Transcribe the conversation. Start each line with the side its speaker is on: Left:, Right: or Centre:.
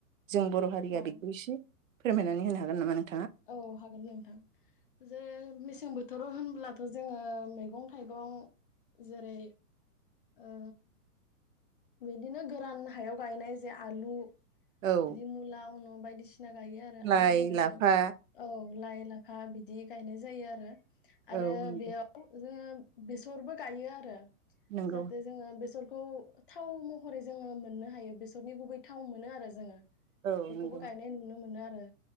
Right: जों बर हारिया
Left: औ
Right: बेखौ एसे फोरमायनानै होनो हागोन नामा नों
Left: औ हागोन नोंथां जे मेसें बोथ थोराव होनब्लाथ जोङो मैगं थाइगं जेरै ओ बिदिनो गोरान हायाव गायनाय जे आलु
Right: औ
Left: इदि मुला उनु बायदिसि सिना गायो आरो
Right: लाइ
Left: आरो जोङो
Right: लाफा
Left: औ लाइ ला हा बिदि गायनाय जायो आरो आरो
Right: औ नंगौ
Left: बेयाव जोङो बेसरबो गायो आरो
Right: नंगौ
Left: जाहाथे जोङो बेसर खौ थाव महरै जोङो मोननो हायो बेसरनि गुबै थाव मोनो आरो जोङो
Right: औ
Left: बेखौबो
Right: नंगौ
Left: गायनाय नुनो मोनो आ ओ